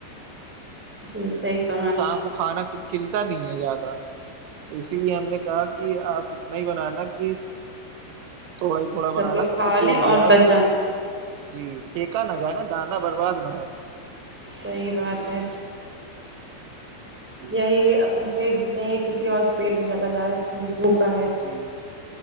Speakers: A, in the centre; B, on the right (about 80°).
A: جی سی پ
B: شام کو کھانا پھر کھلتا نہیں ہے زیادہ تو اسی لیے ہم نے کہا کہ آپ اتنا ہی بن نا کہ تھوڑا ہی تھوڑا بنا
A: لوگ
B: نا سب
A: کھا
B: کو
A: لیں
B: پوچھ
A: اور
B: جائے
A: بچا
B: جی پا نہ گائے نا دانا برباد نہ ہو
A: صحی بات ہے
B: جی
A: یہی اپن پھینک دیتے ہیں یہی کسی اور کے پیٹ میں چلا گا ہے جو بھوکا ہے
B: جی